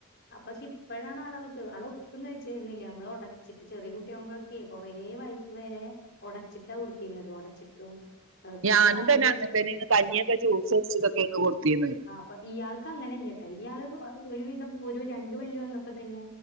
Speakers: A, on the left; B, on the right.
A: ആഹ് പക്ഷെ ഇപ്പോഴാണ് ആള തൊക്കെ ആള്ഒട്ടും കഴിച്ചിരുന്നില്ല മ്മള് ഒടച്ചിട്ടുചെറിയ കു കുട്ടിയാകുമ്പോളൊക്കേ കൊറേ വയസുവരെ ഒടച്ചിട്ടാ കൊടുത്തിരുന്നത് ഒടച്ചിട്ടും പിന്നെ
B: ഞാനും
A: പല്ല്
B: തന്നെ അങ്ങതന്നെയാണ് കഞ്ഞിയൊക്കെ ജ്യൂസ ടിചിച്ചിട്ടൊക്കെ ക്കെയെന്ന് കൊടുത്തീന്ന്
A: അപ്പംഇയാൾക്കു അങ്ങനെയില്ലട്ട ഇയാള് ഒരുവിധം ഒരു രണ്ടുപല്ലുവന്നപ്പോ തന്നെ